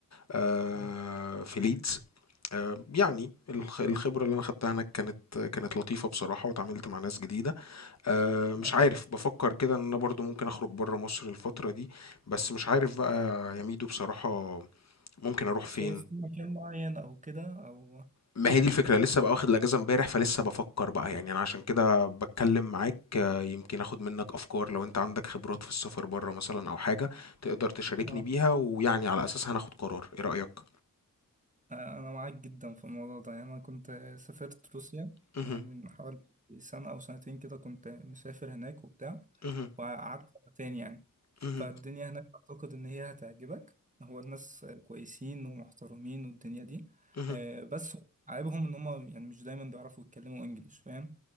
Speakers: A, on the left (about 50°); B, on the right (about 20°).
A: آه،
B: اه
A: في ليدز آه، يعني الخ- الخبرة اللي أنا خدتها هناك كانت كانت لطيفة بصراحة واتعاملت مع ناس جديدة آه، مش
B: اه
A: عارف بفكر كده إن أنا برضو ممكن أخرج برا مصر الفترة دي بس مش عارف بقى يا ميدو بصراحة ممكن أروح فين
B: شايف في مكان معين او كده او
A: ما هي
B: يعني
A: دي الفكرة لسه بقى واخد الأجازة امبارح فلسه بفكر بقى يعني أنا عشان كده بتكلم معاك آه، يمكن أخد منك أفكار لو أنت عندك خبرات في السفر بره مثلا أو حاجة تقدر تشاركني
B: اه
A: بيها ويعني على أساسها هناخد قرار إيه رأيك؟
B: أنا معاك جدا في الموضوع ده يعني أنا كنت سافرت روسيا
A: مهم.
B: يعني من حوالي سنة أو سنتين كده كنت مسافر هناك وبتاع
A: مهم.
B: وقعدت سنتين يعني
A: مهم.
B: فالدنيا هناك أعتقد إن هي هتعجبك هو الناس كويسين ومحترمين والدنيا دي
A: مهم.
B: آه، بس عيبهم إن هما يعني مش دايما بيعرفوا يتكلموا إنجليش فاهم